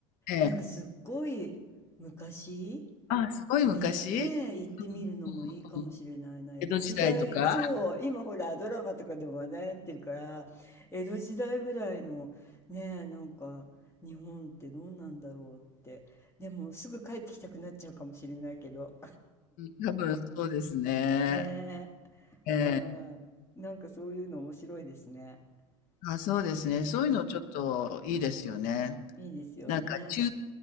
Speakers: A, on the left; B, on the left.
A: ええ。
B: なんかすっごい昔
A: あ、すごい昔
B: にね、行ってみるのもいいかもしれないな。
A: うんうん。
B: 江戸時代、
A: 江戸時代とか、
B: そう、今ほら、ドラマとかでも話題になってるから、江戸時代ぐらいのね、なんか日本ってどうなんだろうって。でも、すぐ帰ってきたくなっちゃうかもしれないけど。
A: うん、多分そうですね。
B: ねえ。
A: ええ。
B: はーい。なんかそういうの面白いですね。
A: あ、そうですね。
B: うーん。
A: そういうのちょっといいですよね。
B: いいですよね。
A: なんか中、